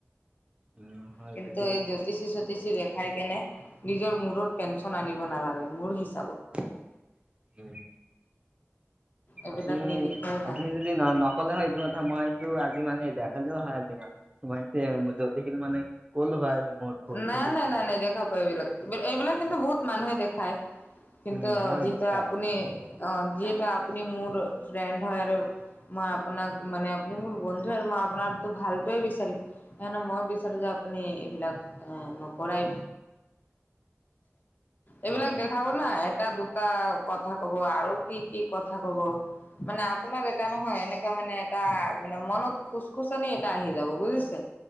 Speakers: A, on the right; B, on the left.
A: উম হয়
B: কিন্তু
A: বুজি পাইছো
B: এই জ্যোতিষী চোতিষী ৰেখাই কেনে নিজৰ মূৰত টেনচ আনিব নালাগে মোৰ হিচ
A: <inaudible>
B: এইবিলাক
A: আপুনি
B: নিদেখুৱাই
A: আপুনি
B: ভাল।
A: যদি ন নক'লে হয় এইটো কথা মইটো আজি মানে দেখালেও হয়। মানে তে জ্যোতিয়ীক মানে ক'লো হয় মোৰ ভৱিষ্যতটো
B: নাই নাই নাই
A: চাই
B: নাই নেদেখাব এইবিলাক, এইবিলাক কিন্তু বহুত মানুহে দেখায়। কিন্তু
A: উম হয়
B: যিহেতু
A: দেখাই
B: আপুনি অ' যিহেতু আপুনি মোৰ ফ্ৰেণ্ড হয় আৰু। মই আপোনাক মানে আপুনি মোৰ বন্ধুৱে আৰু মই আপোনাক ভালটোৱে বিচাৰিম। কাৰণে মই বিচাৰো যে আপুনি এইবিলাক এ নকৰাই। এইবিলাক
A: হয়
B: দেখাব না এটা দুটা কথা ক'ব আৰু কি কি কথা ক'ব। মানে আপোনাৰ এটা নহয় এনেকা মানে এটা মানে মনত খুছ খুছনি এটা আহি যাব বুজিছে।